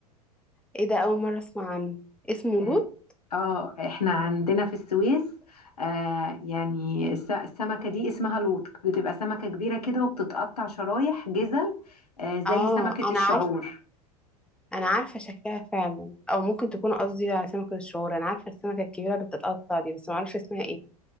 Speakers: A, in the centre; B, on the left (about 75°).
A: ايه ده اول مرة اسمع عنه اسمه
B: اه
A: لوت
B: آه، احنا عندنا في السويس آه يعني الس- السمكه دي اسمها لوط بتبقى سمكه كبيره كده وبتتقطع شرايح جزل آه زي
A: اه
B: سمكه
A: انا
B: الشعور
A: عارفه انا عارفة شكلها فعلا او ممكن تكون قصدي على سمكة الشعور انا عارفة السمكة الكبيرة اللي بتتقطع دي بس ما اعرفش اسمها ايه